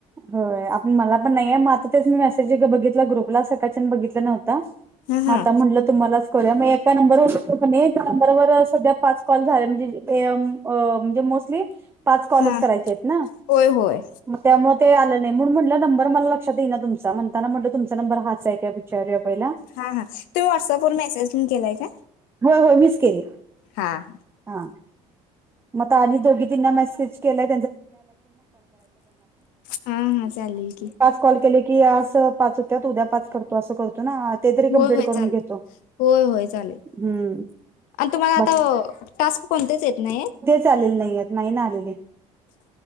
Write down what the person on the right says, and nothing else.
हो आप मला पण नाही आहे मात्र तेच मी मेसेज बघितला ग्रुपला सकाळच्यान बघितलं नव्हता.
माता
म्हणलं तुम्हालाच करूया मग एका नंबरवर त्या नंबरवर सध्या फट कॉल झाला म्हणजे प एम अ म्हणजे मोस्टली पाच कॉलेज
करायचे आहेत ना
मग त्यामुळे ते आलं नाही म्हणून म्हटलं नंबर मला लक्षात येई ना तुमचा म्हणताना म्हटलं तुमचा नंबर हाच आहे का चार पहिला
हो हो मिीस केली
हा मता आणि जोग ् क कराय
कॉल के की अस पाच होत्या उद्या पाच करतो असं करतो ना ते तरी कंप्लीट
करून
घेतो
हम्म
बघ
चालेल नाही नाही नाही आलेले